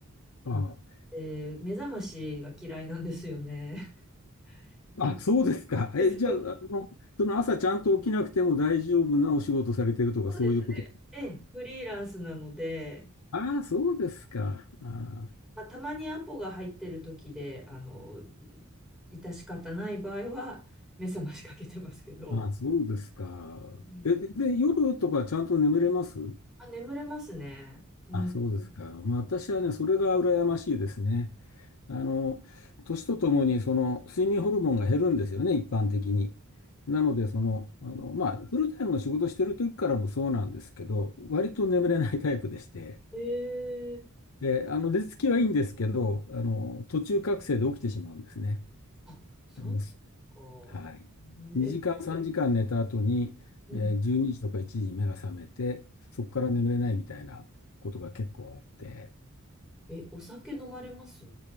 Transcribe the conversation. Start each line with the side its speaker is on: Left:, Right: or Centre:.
Centre: はい。
Left: あ
Centre: で目覚ましが嫌いなんですよね。<laughs> なの
Left: あ。あ、そうですか。え、
Centre: でそう
Left: じゃあ、あの、その朝ちゃんと起きなくても大丈夫なお仕事されてるとかそういうこと。
Centre: そうですね。ええ、フリーランスなので、
Left: ああ、そうですか。あ
Centre: まあ、たまにアポが入ってる時で、あの、致し方ない場合は、目覚ましかけてますけど。
Left: あ、ああ、そうですか。
Centre: うん。
Left: え、で、夜とかちゃんと眠れます
Centre: あ、眠れますね。うん。
Left: あ、そうですか。まあ私はね、それが羨ましいですね。あの、年とともに、その、睡眠ホルモンが減るんですよね、一般的に。なので、その、あの、まあ、フルタイムの仕事してる時からもそうなんですけど、割と眠れないタイプでして、
Centre: ええ
Left: で、あの、寝つきはいいんですけど、あの、途中覚醒で起きてしまうんですね。
Centre: あ、そう
Left: あのす
Centre: か。
Left: はい。2時間、
Centre: え、
Left: 3時間寝た後に、
Centre: うん。
Left: えー12時とか1時に目が覚めて、そこから眠れないみたいなことが結構あって、
Centre: え、お酒飲まれます